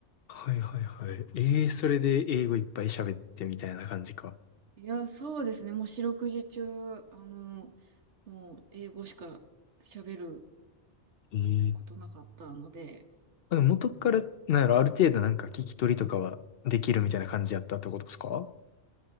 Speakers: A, on the left; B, on the right.
A: はいはいはい。ええそれで英語いっぱい喋ってみたいな感じか。
B: いや、そうですね。もう四六時中、あの、もう英語しか喋る
A: ええ
B: ことなかったので、
A: あの元から、なんやろ、ある程度なんか聞き取りとかはできるみたいな感じやったってことですか